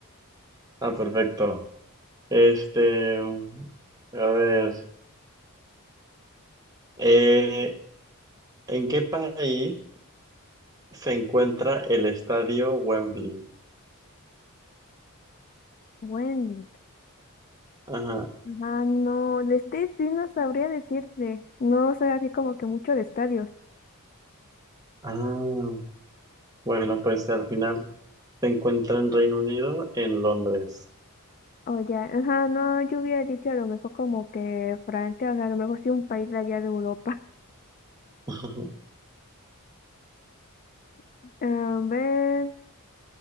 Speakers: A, on the right; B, on the left.
A: Ah, perfecto. Este, a ver. eh, ¿en qué país se encuentra el estadio Wembley?
B: Bueno.
A: Ajá.
B: Ah, no, de State sí no sabría decirte. No sé así como que mucho de estadios.
A: Ah, bueno, pues al final. Se encuentra en Reino Unido, en Londres.
B: O ya, ajá, no, yo hubiera dicho a lo mejor como que Francia, o sea, a lo mejor sí un país de allá de Europa.
A: <laughs> Ajá.
B: <laughs> A ver,